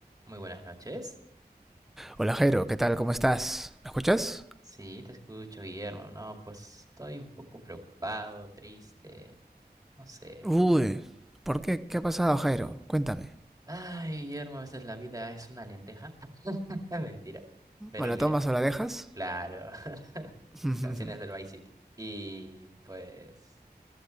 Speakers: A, on the right; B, in the centre.
A: Muy buenas noches.
B: Hola Jairo, ¿qué tal? ¿Cómo estás? ¿Me escuchas?
A: Sí, te escucho, Guillermo. No, pues estoy un poco preocupado, triste, no sé.
B: Uy, ¿por qué? ¿Qué ha pasado, Jairo? Cuéntame.
A: Ay, Guillermo, a veces la vida es una lenteja. <laughs> Mentira. Pero
B: ¿O la
A: mira,
B: tomas o la dejas?
A: claro, <laughs>
B: <laughs>
A: canciones del Vice City. Y pues,